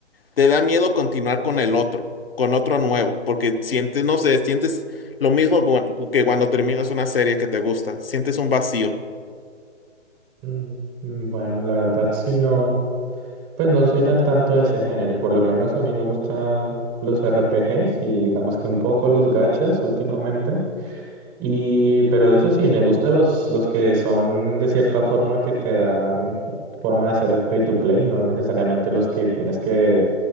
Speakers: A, on the left; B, in the centre.
A: te da miedo continuar con el otro, con otro nuevo, porque sientes, no sé, sientes lo mismo cu- que cuando terminas una serie que te gusta, sientes un vacío.
B: mm, mm, Bueno, la verdad sí no, pues no soy tan tanto de ese género, por lo menos a mí me gustan los RPGs y digamos que un poco los gachas últimamente. Y, pero eso sí, me gustan los, los que son de cierta forma que te dan forma de ser free to play, no necesariamente los que tienes que